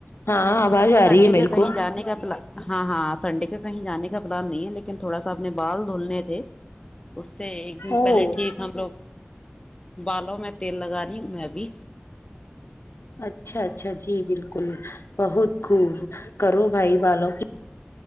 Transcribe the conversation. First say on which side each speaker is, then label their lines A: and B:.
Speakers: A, on the left (about 85°); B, on the left (about 20°).
A: ہاں آواز
B: سنڈے
A: آ رہی ہے
B: کا
A: میرے
B: کہیں
A: کو
B: جانے کا پلان ہاں ہاں سنڈے کا کہیں جانے کا نہیں لیکن تھوڑا سا اپنےبال دھولنے تھے اس سے ایک دن
A: او
B: پہلے ٹھیک ہم لوگ بالوں میں تیل لگانی میں ںبھی
A: اچھا اچھا جی بلکل بہت خوب کرو بھائی والوں کی